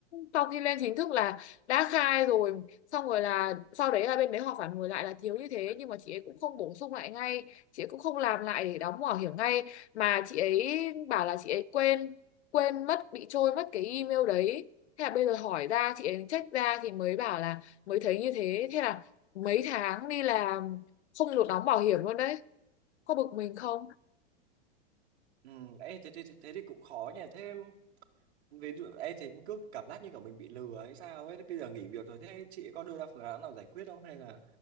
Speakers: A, on the left; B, on the right.
A: sau khi lên chính thức là đã khai rồi xong rồi là sau đấy là bên đấy họ phản hồi lại là thiếu như thế nhưng mà chị ấy cũng không bổ sung lại ngay chị ấy cũng không làm lại để đóng bảo hiểm ngay mà chị ấy bảo là chị ấy quên quên mất bị trôi mất cái email đấy thế là bây giờ hỏi ra chị ấy check ra thì mới bảo là mới thấy như thế thế là mấy tháng đi làm không được đóng bảo hiểm luôn đấy có bực mình không
B: ừ, ê, thế, thế, thế thì cũng khó nhỉ thế ví dụ em thấy cũng cứ cảm giác như kiểu mình bị lừa hay sao ấy bây giờ nghỉ việc rồi thế chị có đưa ra phương án nào giải quyết không hay là